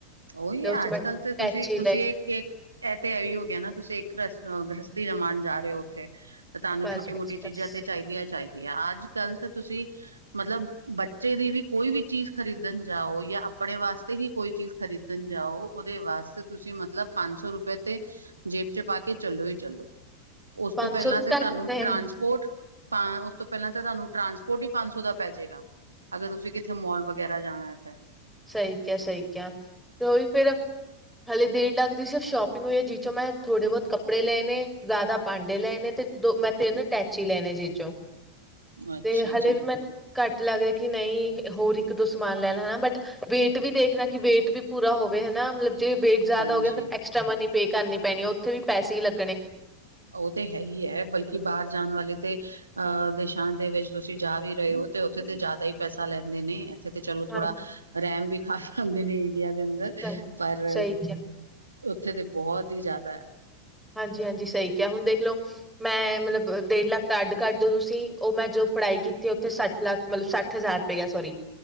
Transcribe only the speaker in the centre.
ਤੇ
ਉਹ ਚ ਮੈਂ
ਟੈਚੀ
ਲਏ
ਬਸ
ਬਸ
ਬਸ
ਪੰਜ
ਸੌ ਵੀ
ਘੱਟ
ਨੇ
ਸਈ ਕਿਆ, ਸਈ ਕਿਆ, ਤੇ ਉਹੀ ਫੇਰ। ਹਲੇ ਡੇਢ ਲੱਖ ਦੀ ਸਿਰਫ ਸ਼ੋਪਿੰਗ ਹੋਈ ਐ। ਜੀ ਚੋਂ ਮੈਂ ਥੋੜੇ-ਬੋਤ ਕੱਪੜੇ ਲਏ ਨੇ, ਜ਼ਾਦਾ ਪਾਂਡੇ ਲਏ ਨੇ ਤੇ ਦੋ ਮੈਂ ਤੈਣ ਟੈਚੀ ਲੈਣੇ ਜੀ ਚੋਂ
ਤੇ ਹਲੇੇ
ਵੀ ਮੈਨੂੰ ਘੱਟ ਲੱਗ ਰੇ ਅ ਕਿ ਨਈ, ਹੋਰ ਇੱਕ-ਦੋ ਸਮਾਨ ਲੈਲਾ, ਹਣਾ ਬਟ ਵੇਟ ਵੀ ਦੇਖਣਾ ਕਿ ਵੇਟ ਵੀ ਪੂਰਾ ਹੋਵੇ ਹੈਨਾ। ਮਤਲਬ ਜੇ ਵੇਟ ਜ਼ਾਦਾ
ਹੋ ਗਿਆ, ਫਿਰ ਐਕਸਟਰਾ ਮਨੀ ਪੇ ਕਰਨੀ ਪੈਣੀ ਐ, ਔਥੇ ਵੀ ਪੈਸੇ ਹੀ ਲੱ
ਹਾਂਜੀ
ਸਹੀ
ਸਹੀ ਕਿਹਾ
ਹਾਂਜੀ-ਹਾਂਜੀ, ਸਈ ਕਿਹਾ ਹੁਣ ਦੇਖ ਲੋ। ਮੈਂ ਮਤਲਬ ਦੇਡ ਲੱਖ ਦਾ ਅੱਡ ਕਰ ਦੋ ਤੁਸੀਂ ਉਹ ਮੈਂ ਜੋ ਪੜ੍ਹਾਈ ਕੀਤੀ ਉੱਥੇ ਸੱਠ ਲੱਖ ਮਤਲਬ ਸੱਠ ਹਜ਼ਾਰ ਰੁਪਿਆ ਸੋਰੀ।